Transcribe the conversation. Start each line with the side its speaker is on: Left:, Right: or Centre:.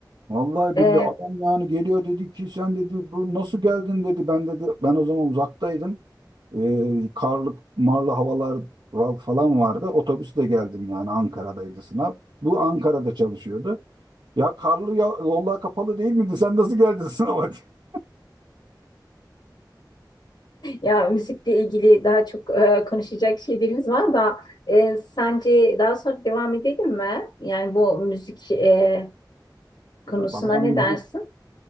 Right: Vallahi
Left: E,
Right: billahi adam yani geliyor dedi ki sen dedi bu nasıl geldin dedi. Ben dedi ben o zaman uzaktaydım. Ee, karlı marlı havalar val- falan vardı. Otobüsle geldim yani Ankara'daydı sınav. Bu Ankara'da çalışıyordu. Ya karlı ya, yollar kapalı değil miydi? Sen nasıl geldin sınava? <laughs>
Left: Ya müzikle ilgili daha çok e, konuşacak şeylerimiz var da e, sence daha sonra devam edelim mi? Yani bu müzik e, konusuna
Right: Valla
Left: ne
Right: müzik
Left: dersin?